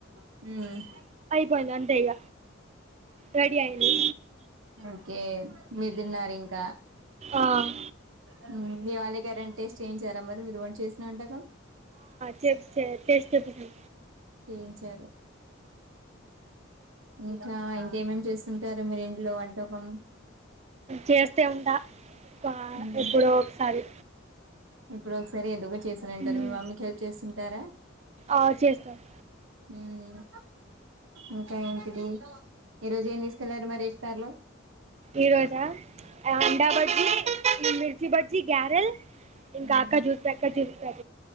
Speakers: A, on the right; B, on the right.
A: హహ్మ్మ్
B: పోయింది అంతే ఇగ రెడీ అయింది
A: ఒకే మీరూదిన్నారు ఇంకా
B: ఆహ్
A: ఉహ్మ్మ్ హు దివాళి కే రెంటిస్ చేయించారా మరి మీరు ఒకటి చేసినాంటగా
B: చె టెస్ట్ చేసిన
A: చేయించారు ఇంకా ఇంకేమేమి చేస్తుంటారు మీరుే లో వంటకం
B: చేస్తే ఉంటా ఒక-
A: హ్మ్మ్
B: ఎప్పుడో ఒకసారి
A: ఇప్పుడు ఒకసారి ఏదు చేసాను అంటారు
B: మ్మ్.
A: మీ మమ్మీకి హెల్ప్ చేస్తుంటారా
B: ఆ చేస్తాను
A: ఉమ్ ఇంకా ఎంటిది ఈరోోజు ఏం తీసుకెళ్లారు మరి సర్లో
B: ఈ రోజా అండా బజ్జీ మిర్చి బజ్జి గ్యారెల్ ఇంకా
A: ఉమ్
B: అక్క జూస్ పక్క జూస్ పె